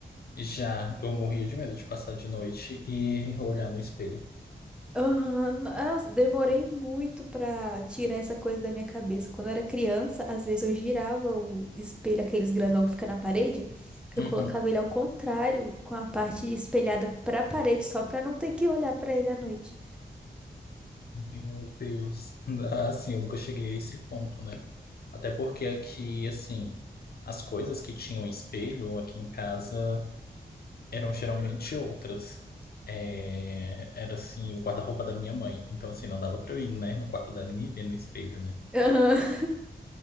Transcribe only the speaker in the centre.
Aham, nossa, demorei muito pra tirar essa coisa da minha cabeça. Quando eu era criança, às vezes eu girava o espelho, aqueles grandão que fica na parede, eu
colocava ele ao contrário, com a parte espelhada pra parede, só pra não ter que olhar pra ele à noite.
Aham. <laughs>